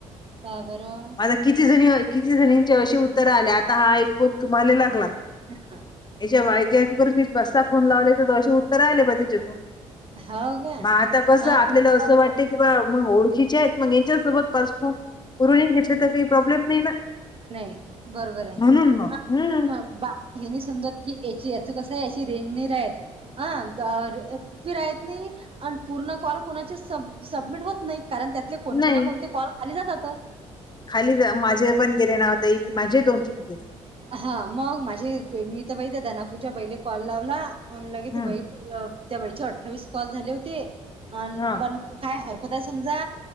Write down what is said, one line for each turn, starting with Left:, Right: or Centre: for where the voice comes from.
Right: पहा बरं.
Left: आता किती जणी किती जणींचे अशी उत्तरं आल्या, आता हा एक फोन तुम्हाले लागला.
Right: <unintelligible>
Left: <unintelligible> मी पाच सहा फोन लावले तर असे उत्तर आले बाई त्याच्यातून
Right: हो का
Left: मग आता कस
Right: मग
Left: आपल्याला असं वाटतं किंवा मग ओळखीचे आहेत, मग यांच्यासोबत <unintelligible> उरूळीन घेतले तर काही प्रॉब्लेम नाही ना.
Right: नाही, बरोबर आहे.
Left: <unintelligible> हम्म.
Right: हां बा हे नाही समजत की याची याच कसं आहे याची रेंज नाही राहत. हा, जर राहित नाही आणि पूर्ण कॉल कोणाचे स सबमिट होत नाहीत, कारण त्यातले कोणते
Left: नाही
Right: ना कोणते काॅल खाली जातात.
Left: खाली जा माझे पण गेले ना ओ ताई. माझे दोन, तीन गेले.
Right: हा मग माझे मी तर बई ते दनापूजा बाईले कॉल लावला. फोन लागे
Left: हम्म
Right: ती बाई अं त्या बाईचे अठ्ठावीस कॉल झाले होते, अन
Left: हा
Right: पण काय हरकत आहे समजा.